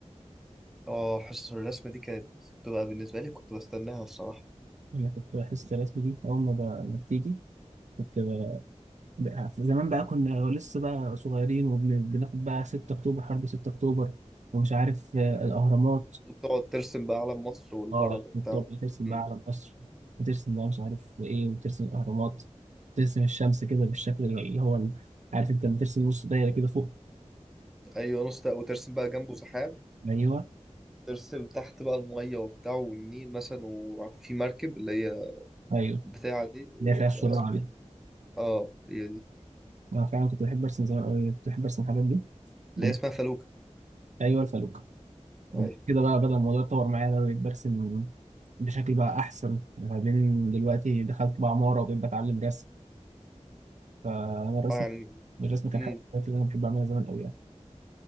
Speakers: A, in the centre; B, on the right.
A: اه حصص الرسم دي كانت بتبقى بالنسبه لي كنت بستناها الصراحه
B: انا كنت حصه الرسم دي اول ما ب- ما بتيجي كنت ب... ب- زمان بقى كنا لسه بقى صغيرين وبناخد بقى 6 اكتوبر حرب 6 اكتوبر ومش عارف آه، الاهرامات
A: وتقعد ترسم بقى علم مصر والهرم
B: اه
A: وبتاع
B: بتبقى بترسم بقى
A: أمم،
B: على مصر بترسم بقى مش عارف ايه وبترسم الاهرامات بترسم الشمس كده بالشكل اللي هو ال- عارف انت بترسم نص دايره كده فوق
A: ايوه نص ده وترسم بقى جنبه سحاب
B: ايوه
A: ترسم تحت بقى الميه وبتاع والنيل مثلا وفي مركب اللي هي
B: ايوه
A: بتاعه دي ال-
B: اللي هي فيها الشرع
A: اسمه-
B: دي
A: اه هي دي
B: انا فعلا كنت بحب ارسم زمان أوي، كنت بحب ارسم الحاجات دي
A: اللي
B: وب-
A: هي اسمها فلوكه
B: ايوه الفلوكه وبعد
A: ايوه
B: كده بقى بدأ الموضوع يتطور معايا بقى بقيت برسم بشكل بقى احسن ما بين دلوقتي دخلت بقى عماره وبقيت بتعلم رسم فانا الرسم
A: آه،
B: الرسم كان
A: يعني
B: حاجه من الحاجات اللي انا بحب اعملها زمان قوي يعني